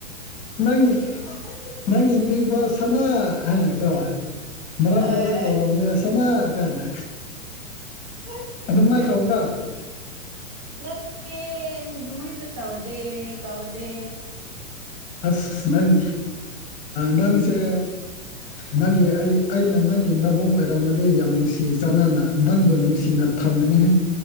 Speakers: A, on the left; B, on the right.
A: ꯅꯪꯒꯤ ꯅꯪꯒꯤ ꯃꯤꯡꯕꯣ ꯁꯅꯥ ꯍꯥꯏꯀꯣ ꯃꯔꯛ
B: ꯑꯥ
A: ꯃꯔꯛꯇ ꯀꯧꯔꯕꯅꯤꯗ ꯁꯅꯥ ꯀꯥꯏꯅ
B: ꯑꯁ
A: ꯑꯗꯨꯝ ꯃꯥꯏ ꯀꯧꯕ꯭ꯔꯥ
B: ꯅꯠꯇꯦ ꯃꯥꯏꯟ ꯅꯠꯇꯥꯎꯗꯦ ꯀꯥꯎꯗꯦ
A: ꯑꯁ ꯅꯪ ꯅꯪꯁꯦ ꯅꯪꯒꯤ ꯑꯩ ꯑꯩꯅ ꯅꯪꯒꯤ ꯅꯕꯨꯡ ꯑꯣꯏꯔꯝꯑꯃꯗꯤ ꯌꯥꯝ ꯅꯨꯡꯁꯤꯖ ꯆꯥꯟꯅꯥ ꯅꯪꯕ ꯅꯨꯡꯁꯤꯅꯥ ꯊꯝꯒꯍꯦ